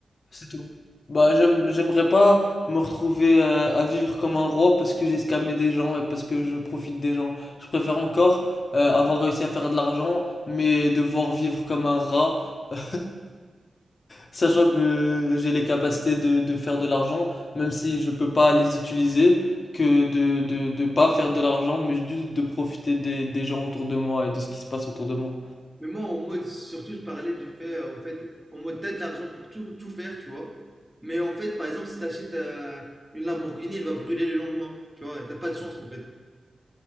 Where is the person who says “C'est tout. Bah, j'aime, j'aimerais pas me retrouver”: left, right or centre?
Left